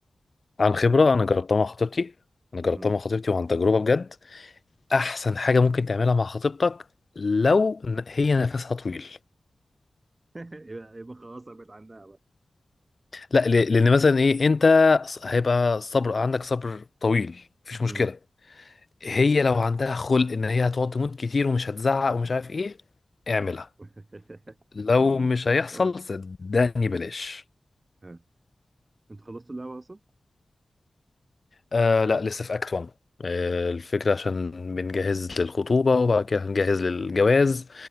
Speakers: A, on the left (about 40°); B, on the right (about 35°).
A: عن
B: يعني
A: خبرة أنا جربتها مع خطيبتي أنا جربتها
B: مم.
A: مع خطيبتي وعن تجربة بجد أحسن حاجة ممكن تعملها مع خطيبتك لو ن- هي نفسها طويل
B: <laughs> يبقى يبقى خلاص بقت عندها بقى
A: لا ل- لأن مثلا إيه أنت ص- هيبقى صبر عندك صبر طويل مفيش مشكلة
B: مم.
A: هي لو عندها خلق إن هي هتقعد تموت كتير ومش هتزعق ومش عارف إيه اعملها
B: <laughs>
A: لو مش هيحصل
B: آه،
A: صدقني بلاش
B: آه. انتوا خلصتوا اللعبة أصلا؟
A: آه لا لسه في اكت 1 آه الفكرة عشان بنجهز للخطوبة وبعد كده هنجهز للجواز